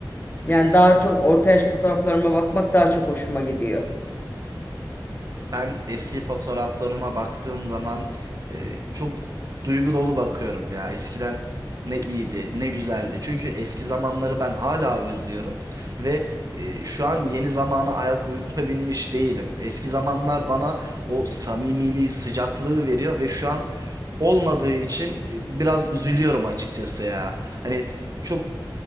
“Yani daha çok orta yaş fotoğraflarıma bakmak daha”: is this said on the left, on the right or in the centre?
Left